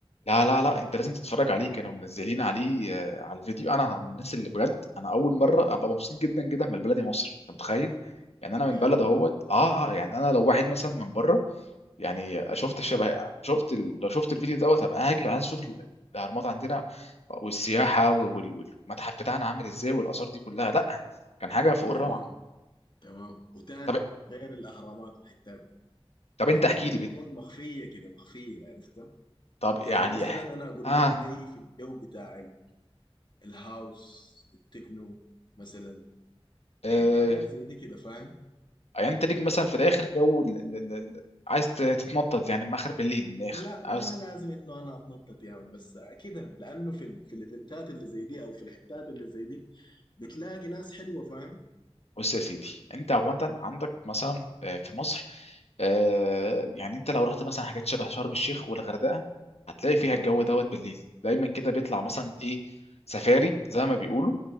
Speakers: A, on the left (about 85°); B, on the left (about 45°).
A: لا لا لا انت لازم تتفرج عليه كانوا منزلين عليه آه، على الفيديو انا من الناس اللي بجد انا اول مره ابقى مبسوط جدا جدا من بلدي مصر انت متخيل يعني انا
B: حلو
A: من بلد اهوت اه اه يعني انا لو واحد مثلا من بره يعني شفت شبه شفت ال... لو شفت الفيديو دوت هبقى هاجي عايز اشوف ال- الاهرامات عندنا والسياحه وال... والمتحف بتاعنا عامل ازاي والاثار دي كلها لا كان حاجه فوق
B: تمام
A: الروعه
B: تمام وتاني
A: طب
B: غير الاهرامات والحتات دي
A: طب
B: حاجات
A: انت احكي
B: كده
A: لي بت...
B: تكون مخفيه كده مخفيه عرفتها
A: طب يعني
B: يعني مثلا انا اقول
A: اه,
B: لك لي في الجو بتاع ال- الهاوس التكنو مثلا بحب
A: آه.
B: حياة زي دي كده فاهم
A: يعني انت ليك مثلا في الاخر جو ال- ال- ال- ال- عايز ت- تتنطط يعني من اخر بالليل من الاخر
B: ما- لا
A: عاوز
B: ما لازم انه انا اتنطط يا يعني بس كده لانه في ال- في الايفنتات اللي زي دي او في الحتات اللي زي دي بتلاقي ناس حلوه فاهم
A: بص يا سيدي انت عوانت عندك مثلا آه، في مصر آه، يعني انت لو رحت مثلا حاجات شبه شرم الشيخ والغردقه هتلاقي فيها
B: اها
A: الجو دوت بالليل دايما كده بيطلع
B: اوكي
A: مثلا ايه سفاري زي ما بيقولوا